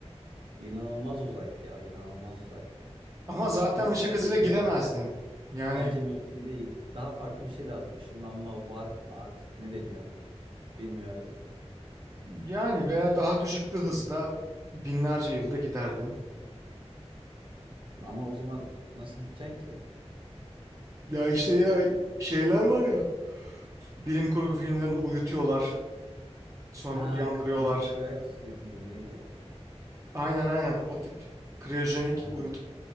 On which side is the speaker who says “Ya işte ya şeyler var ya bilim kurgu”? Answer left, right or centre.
Right